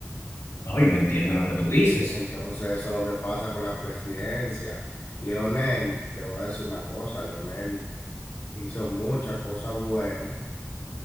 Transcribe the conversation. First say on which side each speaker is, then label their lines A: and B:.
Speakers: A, on the left; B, on the left.
A: No, yo entiendo lo que tú dices.
B: Entonces, eso es lo que pasa con la presidencia. Leonel, te voy a decir una cosa, Leonel hizo muchas cosas buenas